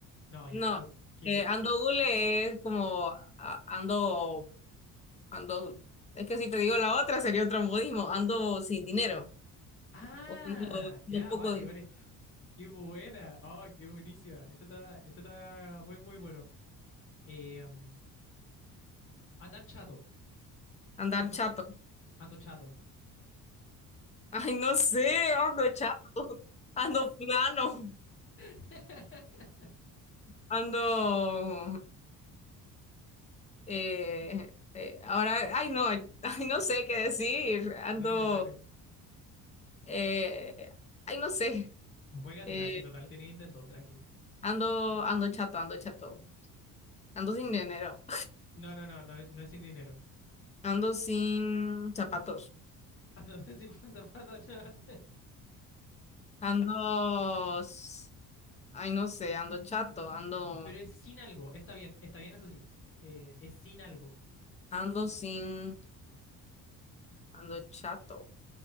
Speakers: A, on the left (about 35°); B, on the left (about 20°).
A: No, ya,
B: no.
A: entonces, ¿qué
B: Eh,
A: es?
B: ando hule es como a- ando, ando, es que si te digo la otra sería otro modismo, ando sin dinero.
A: Ah,
B: O ando,
A: ya,
B: no poco
A: vale,
B: de
A: vale. Qué buena. Ay, qué buenísima. Esto está, esto está muy, muy bueno. Eh, um, andar chato.
B: andar
A: Ando,
B: chato.
A: ando chato.
B: Ay, no sé, ando chato, ando plano,
A: <laughs>
B: ando... eh, eh, ahora, ay, no, ay, no sé qué decir, ando...
A: Dale, dale.
B: eh, ay, no sé,
A: no Juégatela,
B: eh,
A: si total tienes intento, tranqui.
B: ando, ando chato, ando chato, ando sin dinero,
A: No, no, no, no, no es sin dinero.
B: ando sin zapatos,
A: <laughs> Ando sin pasapato, no.
B: ando... s- Ay, no sé, ando chato, ando,
A: Pero es sin algo. Está bien, está bien, eso sí. Eh, eh, es sin algo.
B: ando sin, ando chato,